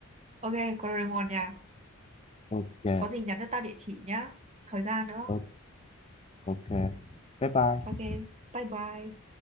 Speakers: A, on the right; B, on the left.
A: ok Doraemon nha
B: ok
A: Có gì nhắn cho tao địa chỉ nhá. Thời gian nữa.
B: ok ok bye bye
A: Ok. Bye bye.